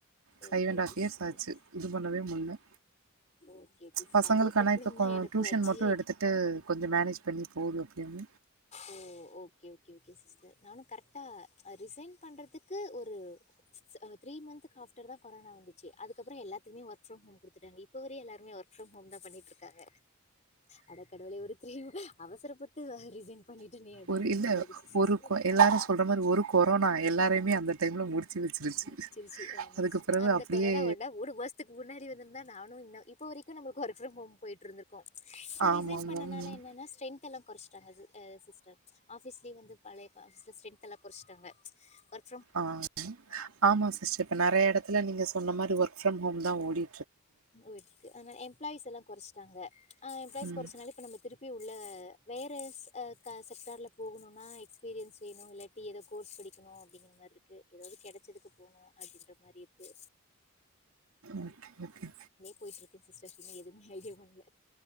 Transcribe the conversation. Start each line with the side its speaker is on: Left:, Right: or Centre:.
Right: ஃபைவ்
Left: ஓகே,
Right: அண்டாஃப்
Left: ஓகே
Right: இயர்ஸ்
Left: சிஸ்டர்.
Right: ஆச்சு இது பண்ணவே முல்ல
Left: ஓகே, ஓகே சிஸ்டர்.
Right: பசங்களுக்கானா
Left: அதே ப்ராப்ளம்
Right: இப்ப கோ
Left: தான் எனக்கும்
Right: ட்யூஷன்
Left: ஆச்சு.
Right: மட்டு எடுத்துட்டு கொஞ்சோ மேனேஜ் பண்ணி போகு அப்டியேன்
Left: ஓ ஓகே ஓகே ஓகே சிஸ்டர் நானு கரெக்ட்டா அ ரிசைன் பண்றத்துக்கு ஒரு ஸ் த்ரீ மந்துக் ஆஃப்டர்தா கொரோனா வந்துச்சு அதுக்கப்பறோ எல்லாத்துக்குமே ஒர்க் ஃப்ரம் ஹோம் குடுத்துட்டாங்க இப்ப வர எல்லாருமே ஒர்க் ஃப்ரம் ஹோம்தா பண்ணிட்ருக்காங்க அட கடவுளே ஒரு த்ரீ ம அவசரப்பட்டு வ ரிசைன் பண்ணிட்டனே அப்டின்ற
Right: ஒரு இல்ல
Left: மாரி ஆய்டுச்சு சிஸ்டர்
Right: ஒரு கொ எல்லாரும் சொல்ற மாரி ஒரு கொரோனா எல்லாரையுமே அந்த டைம்ல முடிச்சு வச்சிருச்சு
Left: முடிச்சிருச்சு ஆமா
Right: அதுக்கு
Left: சிஸ்டர்
Right: பிறகு
Left: அந்த
Right: அப்டியே
Left: கொரோனா ஒன்ன மூனு மாசத்துக்கு முன்னாடி வந்திருந்தா நானு இன் இப்ப வரைக்கு நம் ஒர்க் ஃப்ரம் ஹோம் போய்ட்ருந்த்ரு க்கு இப்ப
Right: ஆமா
Left: ரிசைன்
Right: ஆமா
Left: பண்ணனால
Right: ம்
Left: என்னன்னா ஸ்ட்ரென் தெல்லா கொறச்சுட்டாங்க ஸ் எ சிஸ்டர் ஆஃபீஸ்லய வந்து பழைய ப ஆஃபீஸ்ல ஸ்ட்ரென்த்தெல்லா கொறச்சிட்டாங்க ஒர்
Right: ஆ ஆமா சிஸ்டர் இப்ப நறையா எடத்துல நீங்க சொன்ன மாரி ஒர்க் ஃப்ரம் ஹோம் தா ஓடி
Left: போயிட்ருக்கு ஆன எம்ப்ளாயீஸ் எல்லா கொறச்சுட்டாங்க ஆ எம்ப்ளாயீஸ்
Right: ம்
Left: கொறச்சனால இப்போ நம்ம திருப்பி உள்ள ல வேற ஸ் க செக்டார்ல போகணுனா எக்ஸ்பீரியன்ஸ் வேணு இல்லாட்டி ஏதோ கோர்ஸ் படிக்கணு அப்டிங்கிற மாரி இருக் கு ஏதாவ்து கெடச்சதுக்கு போணு அப்டின்ற மாரி இருக்கு
Right: ஓகே ஓகே
Left: போயிட் இருக்குங் சிஸ்டர் இன்னு எதுமே ஐடியா பண்ல